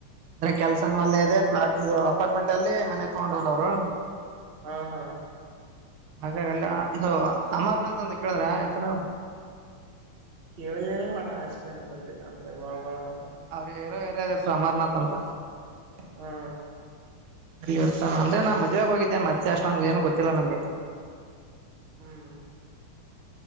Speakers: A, on the right; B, on the right.
A: ಅಂದ್ರೆ ಕೆಲ್ಸನನು ಅಲ್ಲೇ ಇದೆ ಫ್ಲಾಟ್ ಇದು ಅಪಾರ್ಟ್ಮೆಂಟ್ ಅಲ್ಲಿ ಮನೆ ತೊಗೊಂಡ್ ಅವ್ರು
B: ಹಾ ಹಾ
A: ಹಾಗಾಗಿ ಅಲ್ಲಿ ಇದು ಅಮರ್ನಾಥ್ ಅಂತ ಕೇಳಿದ್ರ ಹೆಸರು
B: ಕೇಳಿ ಹಣ ಅಷ್ಟೇನ ಗೊತ್ತಿಲ್ಲ ಅಂದ್ರೆ ಬಾಳ್ ಬಾಳ ಅದ
A: ಅವ್ರು ಇರೋ ಏರಿಯ ಹೆಸರು ಅಮರ್ನಾಥ್ ಅಂತ
B: ಹಾ
A: ಅಲ್ಲಿ ಇರ್ತ ಅಂದ್ರೆ ನಾನ್ ಮದ್ವೆೆಗೆ ಹೋಗಿದ್ದೆ ಮತ್ತೆ ಅಷ್ಟೊಂಗ ಏನು ಗೊತ್ತಿಲ್ಲ ನಂಗೆ
B: ಹ್ಮ್